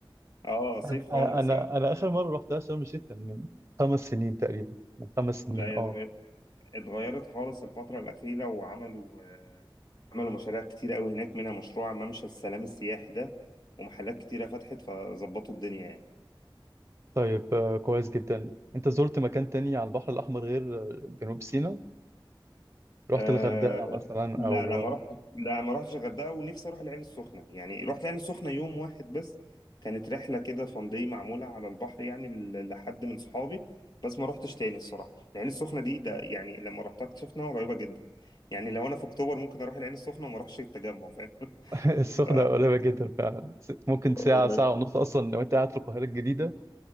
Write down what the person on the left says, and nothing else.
اه صيف
خالص
يعني
لا
اتغيرت خالص الفترة الأخيرة وعملوا آه، عملوا مشاريع كتيرة قوي هناك منها مشروع ممشى السلام السياحي ده ومحلات كتيرة فتحت فظبطوا الدنيا يعني
أه
لا
لا ما رحت لا ما رحتش الغردقة ونفسي أروح العين السخنة يعني رحت العين السخنة يوم واحد بس كانت رحلة كده فن داي معمولة على البحر يعني ل- لحد من صحابي بس ما رحتش تاني الصراحة العين السخنة دي ده يعني لما رحتها اكتشفنا قريبة جدا يعني لو أنا في أكتوبر ممكن أروح العين السخنة وما أروحش التجمع فاهم <laughs>
ف
قريب.